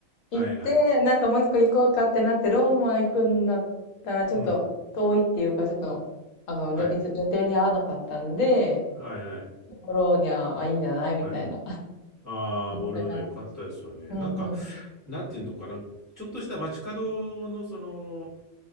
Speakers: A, on the left; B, on the right.
A: 行って、
B: はい、はい。
A: なんかもう一個行こうかってなって、ローマ行くんだったらちょっと遠いっていうか、
B: うん、
A: ちょっと、あの、よ予定に合わなかったんで、
B: はい、はい、はい、
A: ボローニャ、あ、いいんじゃないみたいな、
B: はい。ああ、
A: なった感じでした。
B: ボロイナ良かったですよね。
A: うんうん
B: なんか、なんていうのかな。ちょっとした街角の、その、